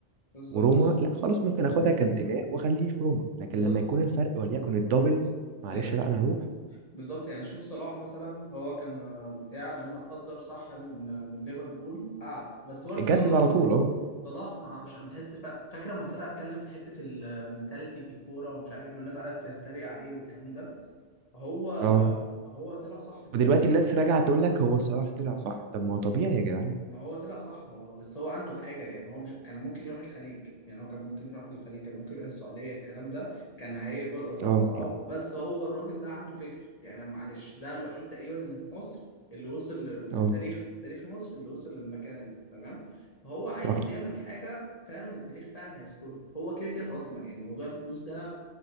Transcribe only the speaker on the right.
وروما لا خلاص ممكن اخدها كانتماء واخليني في روما لكن
لما يكون الفرق وليكن الدبل معلش
لا انا هروح
جدد
على طول اه
اه
ودلوقتي
الناس راجعه تقول لك هو صلاح طلع صح طب ما هو طبيعي يا جدعان
اه
اه
صح